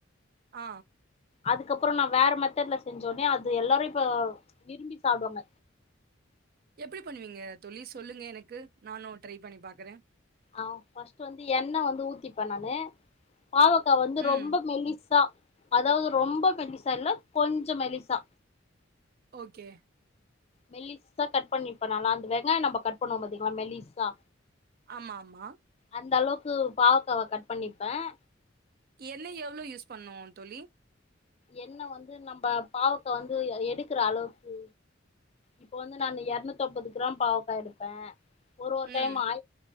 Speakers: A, on the right; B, on the left.
A: ஆ
B: அதுக்கப்றோ நா வேற மெத்தட்ல செஞ்சோனே அது எல்லாரு இப்ப விரும்பி சாப்டுவாங்க
A: எப்டி பண்ணுவீங்க தோழி சொல்லுங்க எனக்கு நானு ட்ரை பண்ணி பாக்கறே
B: ஆ பஸ்ட்டு வந்து எண்ண வந்து ஊத்திப்பே நானு பாவக்கா வந்து ரொம்ப
A: ம்
B: மெலிசா அதாவ்து ரொம்போ மெலிசா இல்ல கொஞ்ச மெலிசா
A: ஒகே
B: மெல்லிசா கட் பண்ணிப்பே நாலா அந்த வெங்காயோ நம்ப கட் பண்ணுவோ பாத்திங்ளா மெல்லிசா
A: ஆமாமா
B: அந்தளவுக்கு பாவக்காவ கட் பண்ணிப்பேன்
A: எள்ளு எவ்ளோ யூஸ் பண்ணும் தோழி
B: எண்ண வந்து நம்ப பாவக்கா வந்து எடுக்குற அளவுக்கு இப்ப வந்து நானு எர்நூத்தம்பது கிராம் பாவக்கா எடுப்ப ஒரு ஒரு டைம்
A: ம்
B: ஆ